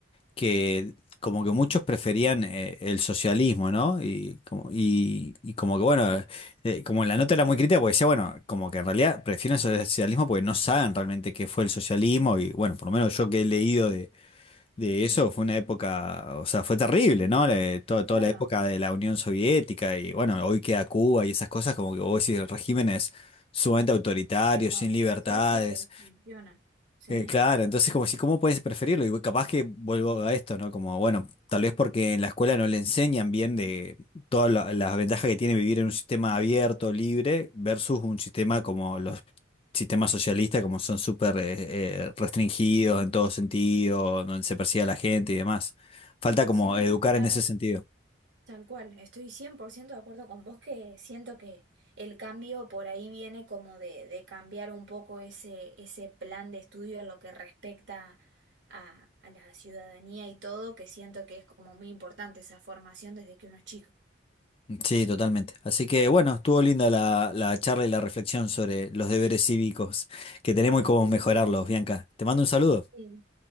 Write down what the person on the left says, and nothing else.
que como que muchos preferían eh, el socialismo, ¿no? Y como, y, y como que bueno, eh, como la nota era muy crítica, porque decía, bueno, como que en realidad prefieren el socialismo porque no saben realmente qué fue el socialismo y bueno, por lo menos yo que he leído de eso fue una época, o sea, fue terrible, ¿no? Le- to- toda
la época de la Unión Soviética y bueno, hoy queda Cuba y esas cosas como que vos decís regímenes sumamente autoritarios,
sin libertades.
Eh, claro, entonces como si, ¿cómo puedes preferirlo? Y capaz que vuelvo a esto, ¿no? Como, bueno, tal vez porque en la escuela no le enseñan bien de todas la- las ventajas que tiene vivir en un sistema abierto, libre, versus un sistema como los sistemas socialistas, como son súper eh, eh, restringidos en todo sentido, donde se persigue a la gente y demás. Falta como
educar
en
ese sentido.
Sí, totalmente. Así que bueno, estuvo linda la, la charla y la reflexión sobre los deberes cívicos que tenemos y cómo mejorarlos, Bianca. Te mando un saludo.